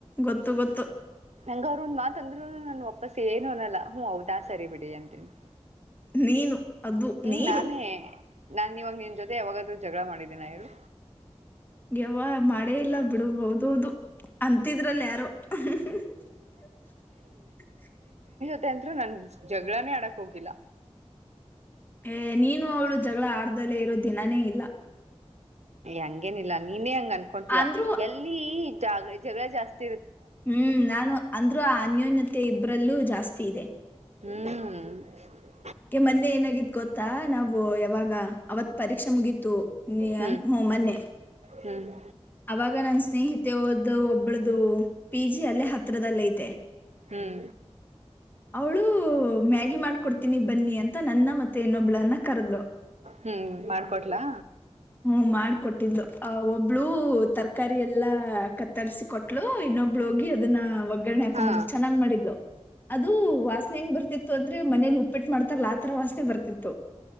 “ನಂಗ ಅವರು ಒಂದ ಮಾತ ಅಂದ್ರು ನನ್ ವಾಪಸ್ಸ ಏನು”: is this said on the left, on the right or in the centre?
Right